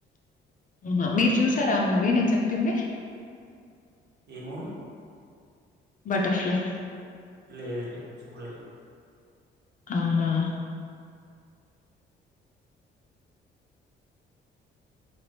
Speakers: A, on the left (about 40°); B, on the right (about 55°).
A: మ మీరు చూసారా ఆ మూవీ నేను చెప్పింది.
B: ఏ మూవీ
A: బట్టర్ఫైల్యి
B: లేదు లేదు చూడలే.
A: అవునా